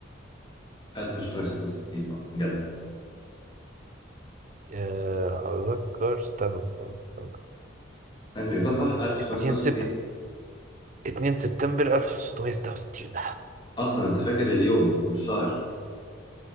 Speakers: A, on the left; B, on the right.
A: 1666 اه جدع
B: آه أتذكر استنى استنى استنى
A: انت جبتها صح 1966
B: 2 سبتمبر 2 سبتمبر 1666
A: اصلا انت فاكر اليوم والشهر